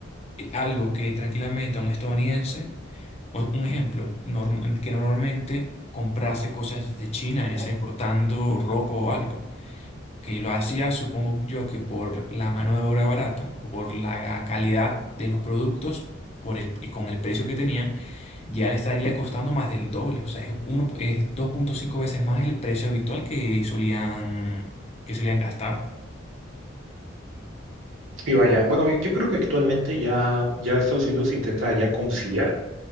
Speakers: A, on the left (about 30°); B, on the right (about 80°).
A: algo que tranquilamente a un estadounidense, o- un ejemplo, norm- que normalmente comprase cosas de China, ya
B: Ujú.
A: sea importando ropa o algo, que lo hacía, supongo yo, que por la mano de obra barata o por la calidad de los productos, por el, y con el precio que tenían ya le estaría costando más del doble, o sea, es, uno, po- es dos punto cinco veces más el precio habitual que solían, que solían gastar.
B: Y vaya,
A: Yo-
B: bueno, yo creo que actualmente ya, ya Estados Unidos intenta ya conciliar